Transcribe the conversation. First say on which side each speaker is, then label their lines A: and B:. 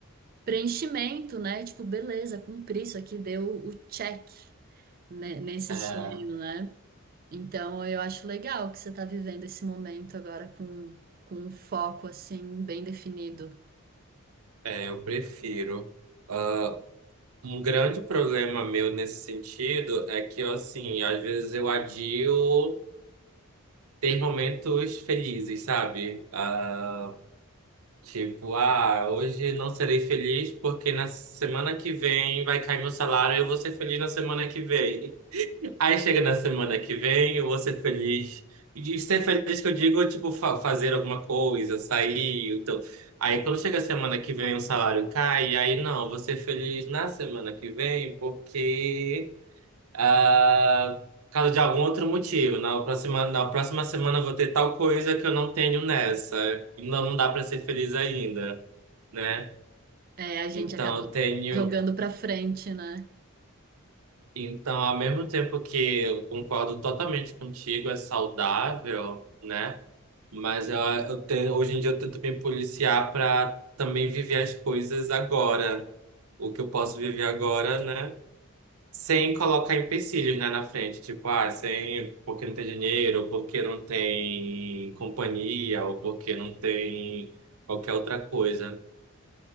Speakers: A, on the right; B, on the right.
A: preenchimento, né? Tipo, beleza, cumpri isso aqui, deu o check, né, nesse
B: É,
A: sonho, né? Então eu acho legal que você tá vivendo esse momento agora com, com um foco assim bem definido.
B: é, eu prefiro. Ah, um grande problema meu nesse sentido é que, eu, assim, às vezes eu adio ter momentos felizes, sabe? Ah, Tipo, ah, hoje não serei feliz porque na semana que vem vai cair meu salário e eu vou ser feliz na semana que vem. <laughs> Aí chega na semana que vem, eu vou ser feliz. E ser feliz que eu digo, tipo, fa- fazer alguma coisa, sair. Então... Aí quando chega a semana que vem o salário cai, aí não, eu vou ser feliz na semana que vem porque. Ah, por causa de algum outro motivo. Na próxima, na próxima semana eu vou ter tal coisa que eu não tenho nessa. E Não, não dá para ser feliz ainda, né?
A: É, a gente
B: Então
A: acaba
B: eu tenho.
A: jogando pra frente, né?
B: Então, ao mesmo tempo que eu concordo totalmente contigo, é saudável, né? Mas eu, eu tenho, hoje em dia eu tento me policiar para também viver as coisas agora. O que eu posso viver agora, né? Sem colocar empecilhos, né, na frente. Tipo, ah, sem, porque não tem dinheiro, ou porque não tem companhia, ou porque não tem qualquer outra coisa.